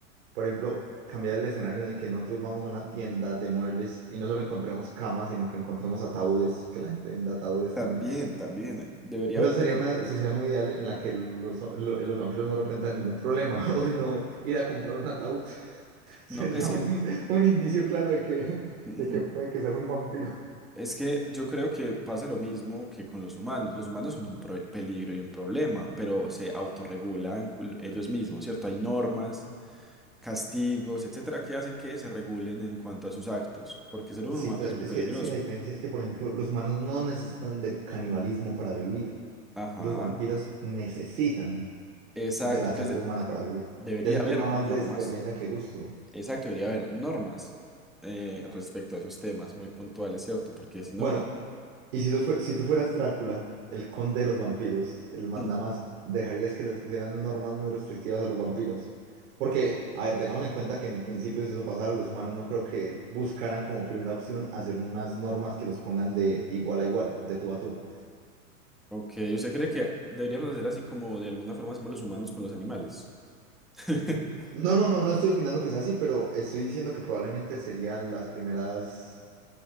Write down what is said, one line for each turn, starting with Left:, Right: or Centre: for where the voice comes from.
Right: Por ejemplo, cambiar el escenario en el que nosotros vamos a una tienda de muebles y no solo encontremos camas, sino que encontremos ataúdes, que la gente venda ataúdes
Centre: También,
Right: también.
Centre: también. eh, Debería
Right: Pero
Centre: haber
Right: eso
Centre: de
Right: sería
Centre: pronto.
Right: una sociedad muy ideal en la que los, lo- los vampiros no representan ningún problema. <laughs> O si no, ir a comprar un ataúd <laughs> sería
Centre: No, es
Right: un,
Centre: que.
Right: un indicio claro de que,
Centre: Ujú.
Right: de que puede que seas un vampiro.
Centre: Es que yo creo que pasa lo mismo que con los humanos. Los humanos son un pro- peligro y un problema, pero se autorregulan cul- ellos mismos, ¿cierto? Hay normas, castigos, etcétera, que hacen que se regulen en cuanto a sus actos, porque ser un
Right: Sí,
Centre: humano
Right: pues
Centre: es muy
Right: es
Centre: peligroso.
Right: que, es que la diferencia es que, por ejemplo, los humanos no necesitan del canibalismo para vivir.
Centre: Ajá,
Right: Los vampiros necesitan
Centre: exacto.
Right: de la
Centre: Entonces,
Right: sangre humana
Centre: de-
Right: para vivir.
Centre: debería
Right: Ya es un
Centre: haber
Right: tema más
Centre: normas,
Right: de supervivencia que gusto.
Centre: exacto, debería haber normas eh, respecto a esos temas muy puntuales, ¿cierto? Porque si
Right: Bueno,
Centre: no,
Right: y si tú, fue- si tú fueras Drácula, el conde de los vampiros, el mandamás,
Centre: hmm,
Right: ¿dejarías que les pusieran normas muy restrictivas a los vampiros? Porque, a ver, tengamos en cuenta que en principio si eso pasara, los humanos no creo que buscaran como primera opción hacer unas normas que los pongan de igual a igual, de tú a tú.
Centre: ok, ¿usted cree que deberíamos hacer así como de alguna forma hacemos los humanos con los animales? <laughs>
Right: No, no, no, no estoy opinando que sea así, pero estoy diciendo que probablemente serían las primeras